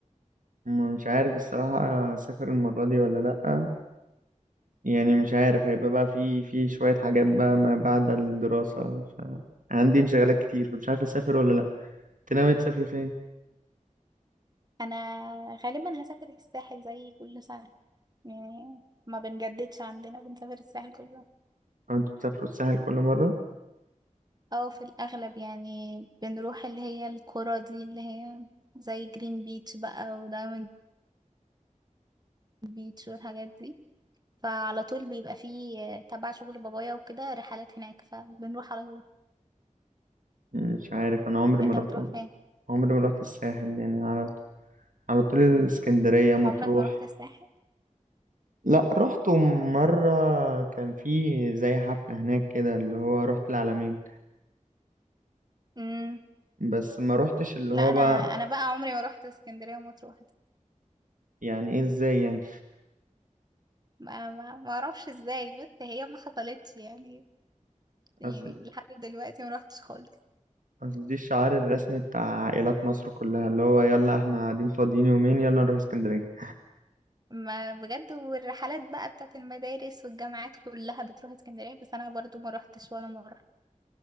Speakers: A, on the right (about 85°); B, on the right (about 30°).
A: مش عارف الصراحة أسافر المرة دي ولا لأ يعني مش عارف هيبقى بقى في في شوية حاجات بقى ما بعد الدراسة فعندي انشغالات كتير فمش عارف أسافر ولا لأ أنت ناوي تسافر فين؟
B: انا غالبا هسافر الساحل زي كل سنه يعني ما بنجددش عندنا بنسافر الساحل كل سنه
A: أو أنت بتسافروا الساحل كل مرة؟
B: او في الاغلب يعني بنروح اللي هي القرى دي اللي هي زي جرين بيتش بقى ودايموند بيتش والحاجات دي فعلى طول بيبقى فيه آه، تبع شغل بابايا وكده رحلات هناك فبنروح على طول
A: مش عارف أنا عمري ما
B: انت
A: رحت
B: بتروح فين
A: عمري ما رحت الساحل يعني على على طول الإسكندرية مطروح
B: عمرك ما رحت الساحل
A: لأ رحت مرة كان في زي حفلة هناك كده اللي هو رحت العلمين
B: امم
A: بس ما رحتش اللي
B: لا
A: هو
B: انا
A: بقى
B: انا بقى عمري ما رحت اسكندريه ومطروح دي.
A: يعني إيه إزاي يعني
B: ما ما ما اعرفش ازاي بس هي ما حصلتش يعني يعني
A: <laughs>
B: لحد دلوقتي ما رحتش خالص
A: اصل دي الشعار الرسمي بتاع عائلات مصر كلها اللي هو يلا احنا قاعدين فاضيين يومين يلا نروح اسكندرية
B: ما بجد والرحلات بقى بتاعت المدارس والجامعات كلها بتروح اسكندرية بس انا برضو ما روحتش ولا مرة